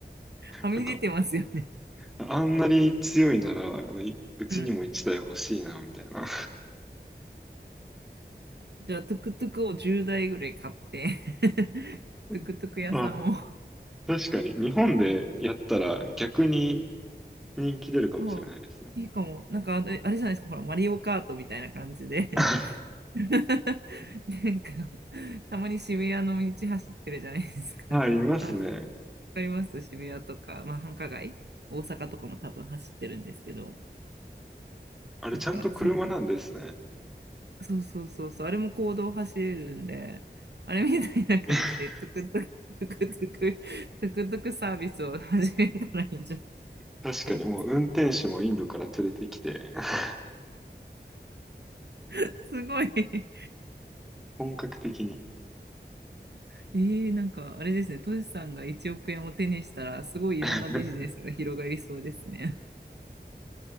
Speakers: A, on the right; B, in the centre.
A: はみ出てますよね。
B: なんか、あんなに強いなら、あのいうちにも一台欲しいな、
A: うん。
B: みたいな。
A: じゃあ、トゥクトゥクを10台ぐらい買って <laughs> トゥクトゥク屋さんを
B: <laughs> あ、確かに。日本でやったら逆に人気出るかもしれないですね。
A: <laughs> あいいかも。なんかあれ、あれじゃないですか、ほら、マリオカートみたいな感じで
B: <laughs>
A: <laughs> なんか、たまに渋谷の道走ってるじゃないですか。
B: あ、いますね。
A: あ、わかります渋谷とか、まあ、繁華街、大阪とかも多分走ってるんですけど、
B: あれ、
A: なんか、
B: ちゃんと車なんですね。
A: それ、そうそうそうそう、あれも公道走れるんで、あれみたいな感じで、
B: <laughs>
A: トゥクトゥク、トゥクトゥク、トゥクトゥクサービスを始めたらいいんじゃ
B: 確かに、
A: ない
B: もう運転手もインドから連れてきて、<laughs>
A: <laughs> すごい
B: 本格的に。
A: <laughs> えー、なんかあれですね、トシさんが1億円を手にしたら、すごいいろんなビジネスが広がりそうですね。
B: <laughs>